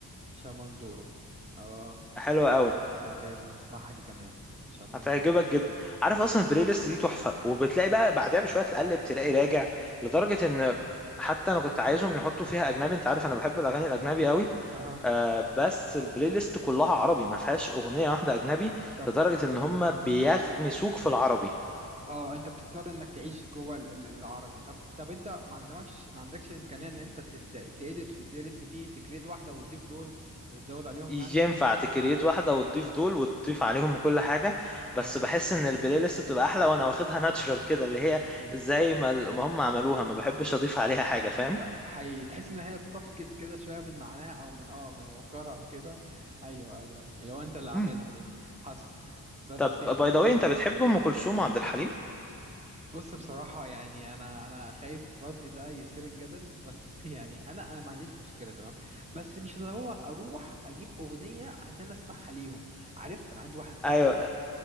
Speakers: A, on the right; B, in the centre.
A: شمندورة اه
B: حلوة قوي
A: ما سمعتهاش دي اسمعها دي كمان شمندورة
B: هتعجبك جدا عارف اصلا البلاي ليست دي تحفة وبتلاقي بقى بعدها بشوية تقلب تلاقي راجع لدرجة ان حتى انا كنت عايزهم يحطوا فيها اجنبي انت عارف انا بحب الاغاني الاجنبي قوي
A: اها
B: آه
A: آه.
B: بس البلاي ليست كلها عربي ما فيهاش اغنيه
A: ط-
B: واحده اجنبي
A: طب
B: لدرجه ان هم بيغمسوك في العربي
A: اه انت بتضطر انك تعيش جوه ال- ال- العربي طب طب انت ما عندكش ما عندكش الامكانية ان انت تedit في البلاي ليست دي تكريت واحدة وتضيف دول وتزود عليهم
B: ينفع
A: يعني
B: تكريت واحده وتضيف دول وتضيف عليهم كل حاجه
A: بس فرهدة
B: بس بحس ان البلاي ليست بتبقى احلى وانا واخدها ناتشرال كده اللي هي
A: مظبوط
B: زي ما ال- ما هم عملوها ما بحبش اضيف عليها حاجه فاهم
A: لا حقيقي تحس ان هي بتفقد كده شوية من معناها او من اه من وقارها كده ايوه ايوه ايوه اللي هو انت اللي عاملها
B: مم.
A: دي حصل بس
B: طب
A: يعني
B: باي ذا
A: قولي
B: واي انت بتحب ام كلثوم وعبد الحليم
A: بص بصراحة يعني أنا أنا خايف ردي ده يثير الجدل بس <laughs> يعني أنا أنا ما عنديش مشكلة تمام بس مش اللي هو أروح أجيب أغنية عشان أسمعها ليهم عارف أنا عندي واحد صاحبي
B: ايوه